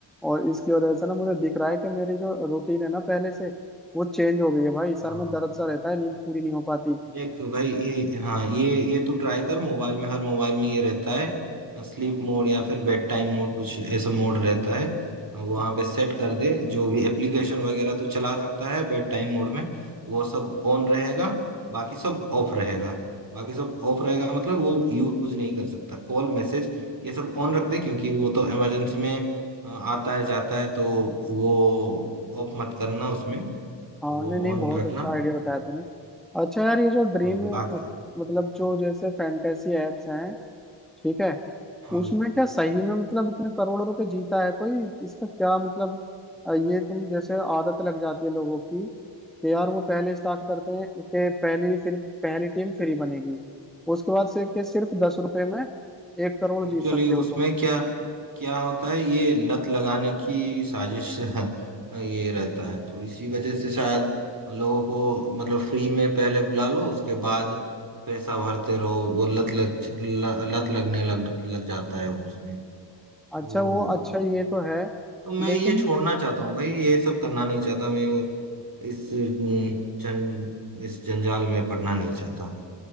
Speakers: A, in the centre; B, on the right.
A: और इसकी वजह से ना मुझे दिख रहा है कि मेरी जो रूटीन है ना पहले से वो चेंज हो गई है भाई सर
B: हाँ
A: में
B: हाँ
A: दर्द सा रहता है नींद पूरी नहीं हो पाती
B: देख तो भाई ये हाँ ये ये तो ट्राई कर मोबाइल में हर मोबाइल में ये रहता है स्लीप मोड या फिर बेड टाइम मोड कुछ ऐसा मोड रहता है वहां
A: अच्छा
B: पे सेट कर दे जो भी एप्लीकेशन वगैरह तो चला सकता है बेड टाइम मोड में वो सब ऑन रहेगा बाकी सब ऑफ रहेगा बाकी सब ऑफ रहेगा मतलब वो यूज नहीं कर सकता कॉल मैसेज ये सब ऑन रख दे क्योंकि वो तो इमरजेंसी में अ, आता है जाता है तो वो ऑफ मत करना उसमें
A: हाँ
B: तो वो
A: नहीं नहीं
B: ऑन
A: बहुत
B: रखना
A: अच्छा आइडिया बताया तूने अच्छा यार ये जो ड्रीम
B: अ, बाकी
A: मतलब जो जैसे फैंटेसी एप्स हैं ठीक है
B: हाँ
A: उसमें
B: भाई
A: क्या सही में मतलब इतने करोड़ों रुपए जीता है कोई इसका क्या मतलब अ, ये तुम जैसे आदत लग जाती है लोगों की कि यार वो पहले स्टार्ट करते हैं कि पहली फिर पहली टीम फ्री बनेगी उसके बाद से कि सिर्फ दस रुपए में एक करोड़
B: एक्चुअली
A: जीत सकते
B: उसमें
A: हो तुम
B: क्या क्या होता है ये लत लगाने की साजिश <laughs> ये रहता है तो इसी वजह से शायद लोगों को मतलब फ्री में पहले बुला लो उसके बाद पैसा भरते रहो वो लत लग ल- लत लगने लग लग जाता है उसमें तो
A: अच्छा वो अच्छा ये तो है
B: तो मैं
A: लेकिन
B: ये छोड़ना चाहता हूँ भाई ये सब करना नहीं चाहता मैं और इस अम, जन इस जंजाल में पड़ना नहीं चाहता मैं